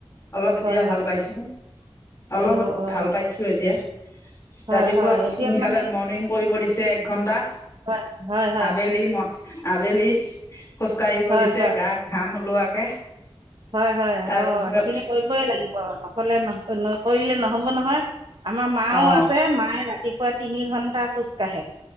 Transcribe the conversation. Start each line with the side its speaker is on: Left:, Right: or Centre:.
Left: অলপ এতিয়া
Right: হয় হয়
Left: ভাল পাইছোঁ, অলপ
Right: অ' অ'
Left: ভাল পাইছোঁ এতিয়া।
Right: হয়
Left: ৰাতিপুৱা
Right: হয় এতিয়া
Left: সোনকালে
Right: মানে
Left: মৰ্ণিং কৰিব দিছে এক ঘন্টা।
Right: হয় হয় হয়।
Left: আবেলি ম আবেলি খোজ কাঢ়িব
Right: হয়
Left: দিছে,
Right: হয়
Left: গা ঘাম ওলোৱাকে।
Right: হয় হয়,
Left: তাৰপিছত
Right: অ' সেইখিনি কৰিবই লাগিব নকলে নকৰিলে নহ'ব নহয়। আমাৰ মাও
Left: অ
Right: আছে, মায়ে ৰাতিপুৱা তিনি ঘণ্টা খোজ কাঢ়ে,